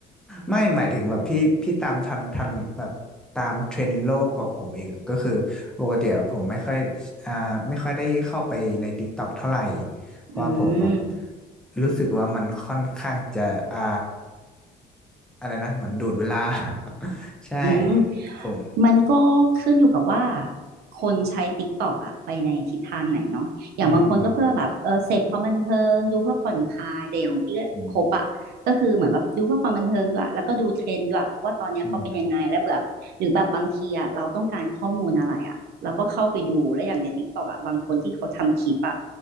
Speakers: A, in the centre; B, on the right.
A: ไม่หมายถึงแบบพี่พี่ตามทันทันแบบตามเทรนด์โลกกว่าผมอีกก็คือปกติอะผมไม่ค่อยอ่าไม่ค่อยได้เข้าไปใน TikTok เท่าไหร่เพราะว่าผมแบบ
B: อืม
A: รู้สึกว่ามันค่อนข้างจะอ่าอะไรนะเหมือนดูดเวลา <laughs> ใช่
B: อืม
A: ผม
B: มันก็ขึ้นอยู่กับว่าคนใช้ TikTok อะไปในทิศทางไหนเนาะอย่างบางคนก็เพื่อแบบเออเสพความบันเทิงดูเพื่อผ่อนคลายแต่อย่างพี่ก็คบอะก็คือเหมือนแบบดูเพื่อความบันเทิงด้วยแล้วก็ดูเทรนด์ด้วยว่าตอนเนี้ยเขาเป็นยังไงแล้วเบื่อหรือแบบบางทีอะเราต้องการข้อมูลอะไรอะเราก็เข้าไปดูแล้วอย่างใน
A: อืมอืมอืม
B: TikTok อะบางคนที่เขาทำคลิปอะ